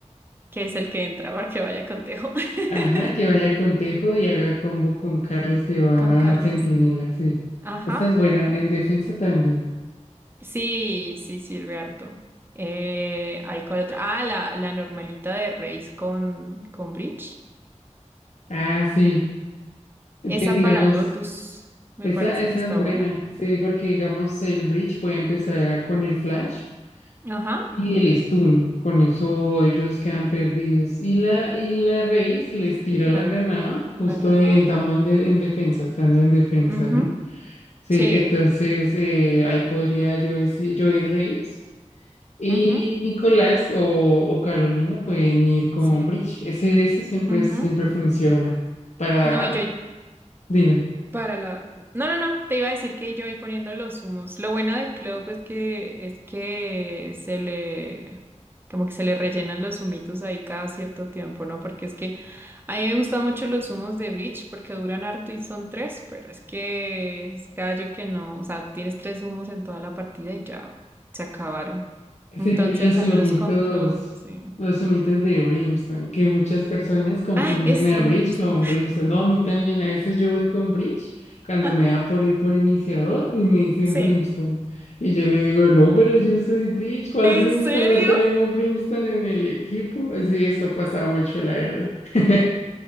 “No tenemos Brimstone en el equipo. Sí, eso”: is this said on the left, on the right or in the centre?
Left